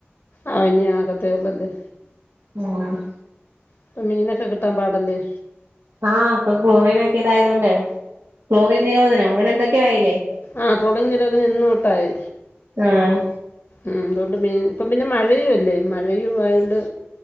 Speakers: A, on the left; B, on the right.
A: ആഹ് ഇനി ആകത്തേ ഉള്ളല്ലേ
B: ഉം
A: ഇപ്പൊ മീനൊക്കെ കിട്ടാൻ പാടല്ലേ
B: ആഹ് അപ്പൊ ക്ലോറൻ ഒക്കെ ഇതായതൊണ്ട് ക്ലോറിൻ നിരോധനം അങ്ങനെ എന്തൊക്കെയ ആയല്ലേ
A: ആഹ് ട്രോളിങ് നിരോധന ഇന്നു തൊട്ടായി
B: ആഹ്
A: മ്മ് അതുകൊണ്ട് മീൻ ഇപ്പം പിന്നെ മഴയുമ അല്ലേ മഴയയും ആയൊണ്ട്